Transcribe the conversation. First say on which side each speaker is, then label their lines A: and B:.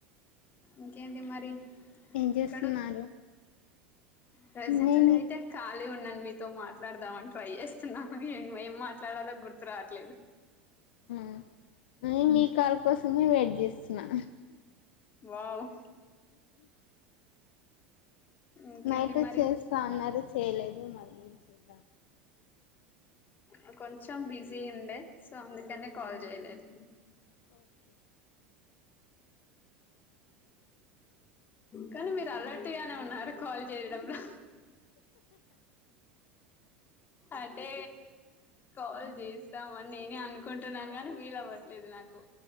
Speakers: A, on the left; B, on the left.
A: ఇంకేంటి మరి
B: ఏం చేస్తున్నారు.
A: ఎక్కడ ప్రజెంట్
B: నేను
A: అయితే ఖాళీ ఉన్నాన్ మీతో మాట్లాడదామని ట్రై చేస్త స్తున్నాం. ఏం ఏం మాట్లాడాలో గుర్తు రావట్లేదు.
B: మ్. నేన్ మీ కాల్ కోసమే వెయిట్ చేస్తున్నా
A: వావ్ ఇంకేంటి
B: నైట్
A: మరి
B: చేస్తా అన్నారు చేయలేదు మళ్ళీ చేద్
A: ఆ కొంచెం బిజీ ఉండే సో అందుకనే కాల్ జేయలేదు.
B: ఓకే
A: కానీ మీరు అలర్ట్గానే ఉన్నారు. కాల్ చేయడంలో అంటే కాల్ చేస్తామని నేనే అనుకుంటున్నాను గానీ వీలవ్వట్లేదు నాకు